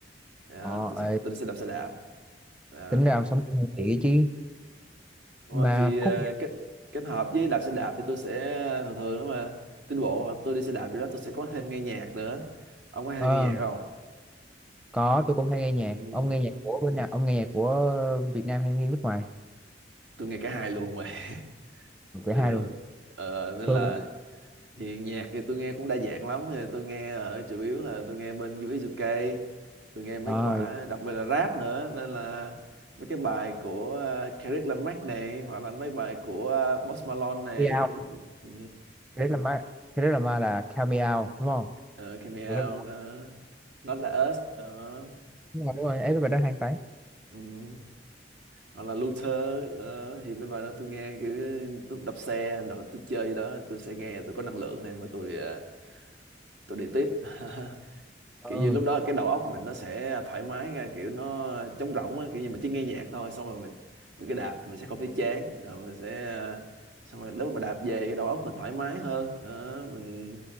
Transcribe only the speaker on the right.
Đó,
tôi sẽ
tôi sẽ đạp xe đạp Đó.
Đúng
rồi thì ờ,
kết kết hợp với đạp xe đạp thì tôi sẽ ờ, thường thường nếu mà tiến bộ hoặc tôi đi xe đạp gì đó tôi sẽ có thêm nghe nhạc nữa ông có hay
nghe nhạc không
Ừm,
tôi nghe cả hai luôn mà <laughs>
thì
ờ, nên
là
thì nhạc thì tôi nghe cũng đa dạng lắm Thì tôi nghe ở chủ yếu là tôi nghe bên US UK tôi nghe mấy
quả đặc biệt là rap nữa nên là mấy cái bài của uh, Kendrick Lamar này hoặc là mấy bài của ờ, Post Malone này
Ừ,
uh, Came Out,
ờ, Cameo đó Not Like Us đó
ừ. hoặc là Luther đó thì bên bài đó tôi nghe kiểu tôi đạp xe đó tôi chơi gì đó tôi sẽ nghe tôi có năng lượng thêm mà tôi à, tôi đi tiếp <laughs>
kiểu như lúc đó cái đầu óc mình nó sẽ thoải mái ra kiểu nó trống rỗng á kiểu như mình chỉ nghe nhạc thôi xong rồi mình mình cứ đạp mình sẽ không thấy chán rồi mình sẽ à, xong rồi lúc mà đạp về cái đầu óc mình thoải mái hơn đó, mình